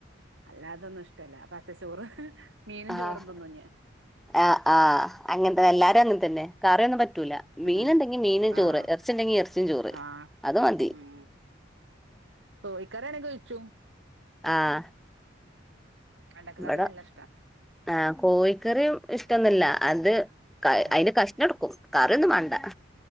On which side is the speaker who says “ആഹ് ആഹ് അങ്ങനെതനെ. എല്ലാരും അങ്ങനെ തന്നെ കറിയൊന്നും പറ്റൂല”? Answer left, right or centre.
Centre